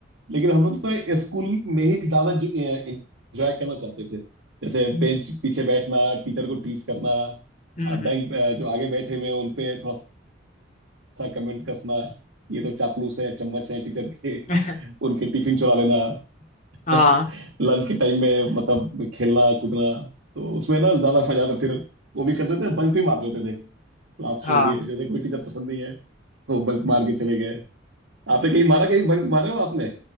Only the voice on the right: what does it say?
लेकिन हम लोग तो स्कूल में ही ज्यादा एंजॉय करना चाहते थे जैसे बेंच पीछे बैठना टीचर को टीज करना
बैंक जो आगे बैठे हुए हैं उन पे थोड़ा सा कमेंट कसना ये तो चापलूस है चम्मच है टीचर के
उनके टिफिन चुरा लेना
<laughs> लंच के टाइम में मतलब खेलना कूदना तो उसमें ना ज्यादा मजा आता फिर वो भी करते थे बंक भी मार लेते थे क्लास छोड़
दिए जैसे कोई टीचर पसंद नहीं है तो बंक मार के चले गए आपने कहीं मारा कहीं बंक मारे हो आपने